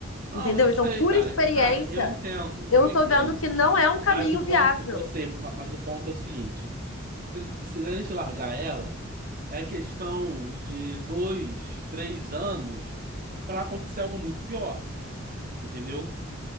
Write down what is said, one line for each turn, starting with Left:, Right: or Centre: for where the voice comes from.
Right: Não,
Left: Entendeu?
Right: eu sei,
Left: Então, por
Right: cara.
Left: experiência,
Right: Eu- cara, eu entendo,
Left: eu
Right: eu
Left: tô
Right: entendo.
Left: vendo que não é um caminho
Right: Mas o ponto,
Left: viável.
Right: eu sei, ma- mas o ponto é o seguinte: se se a gente largar ela é questão de dois, três anos para acontecer algo muito pior, entendeu?